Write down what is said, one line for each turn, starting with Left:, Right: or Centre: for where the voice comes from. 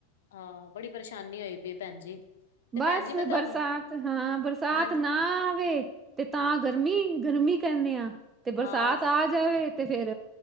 Left: ਹਾਂ ਬੜੀ ਪਰੇਸ਼ਾਨੀ ਹੋਈ ਪਈ ਏ ਭੈਣ ਜੀ। ਤੇ
Right: ਬਸ
Left: ਭੈਣ ਜੀ ਮੈਂ ਤੁਹਾਨੂੰ
Right: ਬਰਸਾਤ ਹਾਂ ਬਰਸਾਤ
Left: ਹਾਂਜੀ
Right: ਨਾ ਨਾ ਆਵੇ, ਤੇ ਤਾਂ ਗਰਮੀ, ਗਰਮੀ ਕਹਿੰਦੇ ਆ ਤੇ
Left: ਹਾਂ
Right: ਬਰਸਾਤ ਆ ਜਾਵੇ ਤੇੇ ਫੇਰ